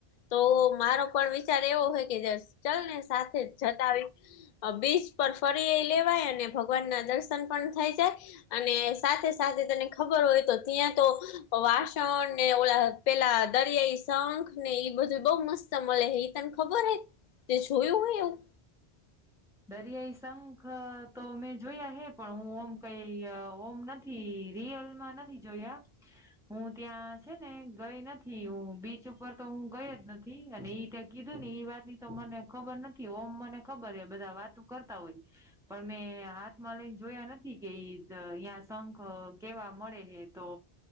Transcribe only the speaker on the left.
તો મારો પણ વિચાર એવો હે કે જે ચલ ને સાથે જતા આવી. બીચ પર ફરી એ લેવાય અને ભગવાન ના દર્શન પણ થઈ જાય. અને સાથે સાથે તને ખબર હોય તો ત્યાં તો વાસણ ને ઓ પેલા દરિયાઈ સંખ ને એ બધું બઉ મસ્ત મલે હે ઈ તન ખબર હે તે જોયું હે એવું